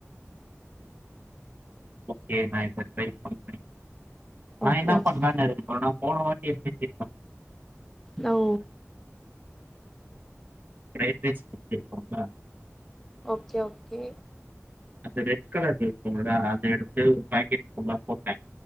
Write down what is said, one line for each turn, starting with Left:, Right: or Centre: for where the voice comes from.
Right: ஓகே நா இத ட்ரை பண்றே நா
Centre: ஓகே
Right: என்ன
Centre: ஓகே
Right: பண்ணலான் இருக்கோனு போன வாட்டி எப் <inaudible>
Centre: லோ
Right: பிரரைட்ரைஸ் <inaudible>
Centre: ஓகே ஓகே
Right: அது ரெட் கலர் இருக்கும்ல அத எடுத்து பாக்கெட் ஃபுல்லா போட்ட